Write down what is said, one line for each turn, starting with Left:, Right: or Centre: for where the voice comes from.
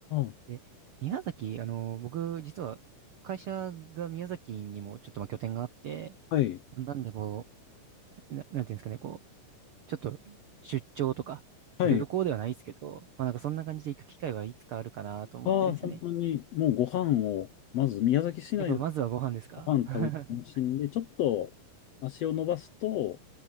Left: あ、
Right: で、宮崎、あの、僕、実は会社が宮崎にもちょっとまあ拠点があって、
Left: はい。
Right: なんでこう、な、なんていうんですかね、こう、ちょっと出張とか、
Left: はい。
Right: 旅行ではないですけど、まあなんかそんな感じで行く機会はいつかあるかなと思ってるんですよね。
Left: ああ、本当に、もうご飯を、まず宮崎市内で
Right: やっぱまずはご飯ですか
Left: ご飯食べて楽しんで、
Right: <laughs> は
Left: ちょっと足を伸ばすと、